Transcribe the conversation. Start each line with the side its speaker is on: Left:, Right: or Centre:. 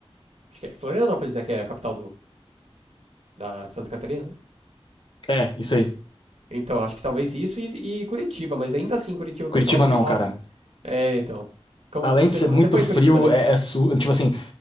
Right: Acho que é Florianópolis, né? Que é a capital do, da Santa Catarina, né?
Left: É, isso aí.
Right: Então, acho que talvez isso e, e Curitiba, mas ainda assim, Curitiba
Left: Curitiba
Right: o pessoal também
Left: não,
Right: fala
Left: cara.
Right: que. É, então. Com-
Left: Além
Right: com- Você
Left: de ser
Right: fo-
Left: muito
Right: você foi
Left: frio,
Right: em Curitiba, né?
Left: é, é sujo. Tipo assim,